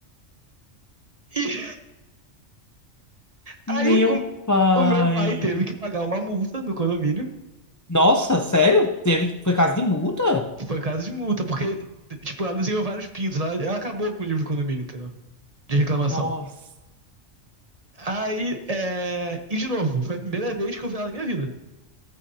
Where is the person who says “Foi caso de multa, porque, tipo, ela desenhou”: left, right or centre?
Right